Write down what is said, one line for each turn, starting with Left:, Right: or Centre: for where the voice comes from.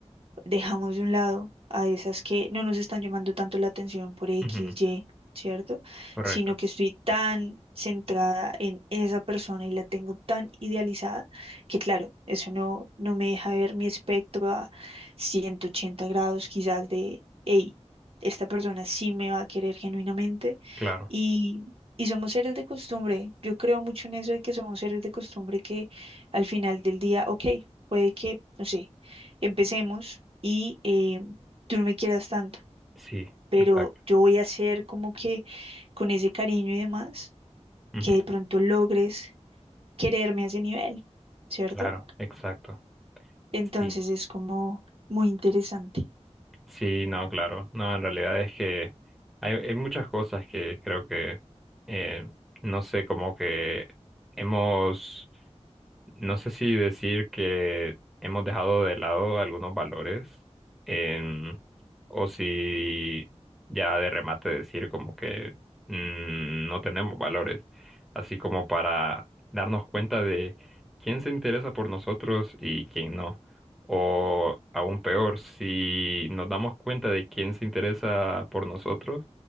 Right: dejamos de un lado a esas que no nos están llamando tanto la atención por X,
Centre: ujú,
Right: Y, ¿cierto?
Centre: Correcto,
Right: Sino que estoy tan centrada en esa persona y la tengo tan idealizada que, claro, eso no, no me deja ver mi espectro a 180 grados quizás de, hey, esta persona sí me va a querer genuinamente
Centre: claro,
Right: y... Y somos seres de costumbre. Yo creo mucho en eso de que somos seres de costumbre que al final del día, ok, puede que, no sé, empecemos y eh, tú no me quieras tanto,
Centre: sí,
Right: pero
Centre: exacto,
Right: yo voy a hacer como que con ese cariño y demás,
Centre: ujú,
Right: que de pronto logres quererme a ese nivel, ¿cierto?
Centre: claro, exacto,
Right: Entonces
Centre: sí.
Right: es como muy interesante.
Centre: Sí, no, claro. No, en realidad es que hay, hay muchas cosas que creo que, eh, no sé, como que hemos no sé si decir que hemos dejado de lado algunos valores em, o si ya de remate decir como que mm, no tenemos valores, así como para darnos cuenta de quién se interesa por nosotros y quién no. O aún peor, si nos damos cuenta de quién se interesa por nosotros,